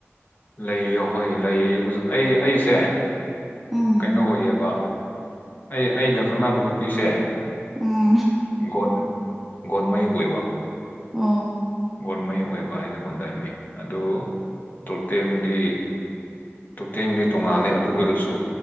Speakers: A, on the left; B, in the centre.
A: ꯂꯩꯌꯦ ꯍꯣꯏ ꯂꯩ ꯑꯩ ꯑꯩꯁꯦ
B: ꯎꯝ
A: ꯀꯩꯅꯣ ꯑꯣꯏꯌꯦꯕ ꯑꯩ ꯑꯩꯒ ꯈꯪꯅꯕ ꯅꯨꯄꯤꯁꯦ
B: ꯎꯝ
A: ꯒꯣꯟ ꯒꯣꯟꯃꯩ ꯑꯣꯏꯕ
B: ꯑꯣ
A: ꯒꯣꯟꯃꯩ ꯑꯣꯏꯕ ꯑꯩꯅꯒꯣꯟꯗꯥꯝꯃꯤ ꯑꯗꯨ ꯇꯣꯇꯦꯝꯗꯤ ꯇꯣꯇꯦꯝꯗꯦ ꯇꯣꯉꯥꯜꯂꯦ ꯑꯗꯨ ꯑꯣꯏꯔꯁꯨ